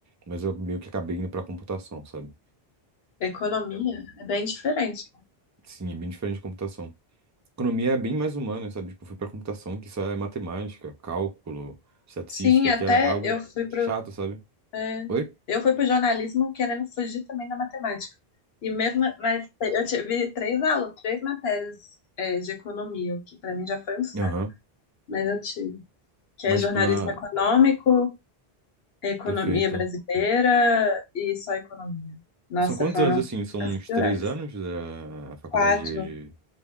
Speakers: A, on the right; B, on the left.
A: mas eu meio que acabei indo para computação, sabe?
B: Economia é bem diferente.
A: Sim, é bem diferente de computação. Economia é bem mais humana, sabe? Tipo, eu fui pra computação, que só é matemática, cálculo, estatística,
B: Sim, até
A: que é algo
B: eu fui para
A: chato, sabe?
B: É.
A: Oi?
B: Eu fui para o jornalismo querendo fugir também da matemática. E mesmo, mas eu tive três aulas, três matérias, é, de economia, o que para mim já foi um saco.
A: Aham.
B: Mas eu tive. Que
A: Mas,
B: é jornalismo
A: tipo, na.
B: econômico, economia
A: Perfeito.
B: brasileira e só economia. Nossa,
A: São quantos
B: foram
A: anos, assim? São
B: as
A: uns
B: piores.
A: três anos da faculdade
B: Quatro.
A: de. de-